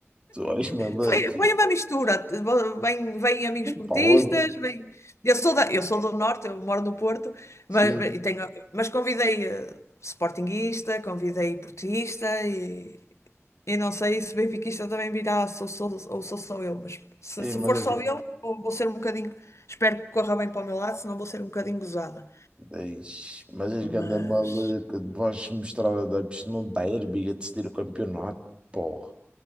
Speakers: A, on the right; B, on the left.
A: Tu és maluco.
B: Foi,
A: <laughs>
B: foi uma mistura. Vêm vêm amigos portistas,
A: Para onde?
B: vêm... Eu sou da, eu sou do Norte, eu moro no Porto,
A: Sim.
B: mas, mas, e tenho, mas convidei eh, sportinguista, convidei portista e, e não sei se benfiquista também virá, sou, sou, ou sou só eu, mas se,
A: Ei,
B: se
A: mas
B: for só
A: és,
B: eu, vou, vou ser um bocadinho. Espero que corra bem para o meu lado, senão vou ser um bocadinho gozada.
A: Eish, mas és
B: Mas
A: ganda maluca. Vais mostrar a Debs. Não dá hérbiga de decidir o campeonato. Porra,